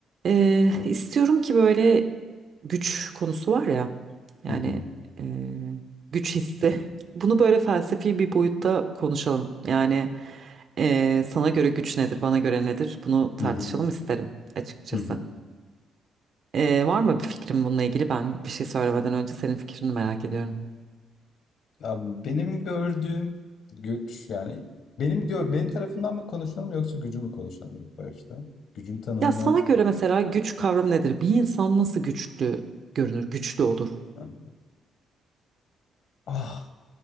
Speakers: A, on the right; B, on the left.
A: Ee, istiyorum ki böyle güç konusu var ya yani
B: Hı hı.
A: eee, güç hissi. Bunu böyle felsefi bir boyutta konuşalım. Yani eee, sana göre güç nedir, bana göre nedir? Bunu tartışalım
B: Hı hı.
A: isterim açıkçası.
B: Hı hı.
A: Ee, var mı bir fikrin bununla ilgili? Ben bir şey söylemeden önce senin fikrini merak ediyorum.
B: Ya benim gördüğüm güç yani benim gör benim tarafından mı konuşalım yoksa gücü mü konuşalım ilk başta? Gücün tanımını
A: Ya sana göre mesela güç kavramı nedir? Bir insan nasıl güçlü görünür, güçlü olur?
B: yani ah